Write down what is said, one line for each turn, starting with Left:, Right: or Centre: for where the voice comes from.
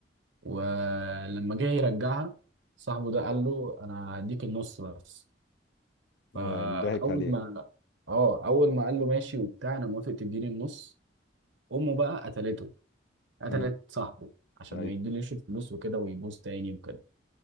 Right: ولما جه يرجعها صاحبه ده قال له أنا هديك النص بس فاول
Left: اه يعني ضحك عليك
Right: ما اه اول ما قال له ماشي وبتاع انا موافق تديني النص امه بقى قتلته قتلت
Left: امم
Right: صاحبه عشان
Left: ايوه
Right: ما يديليش الفلوس وكده ويبوظ تاني وكده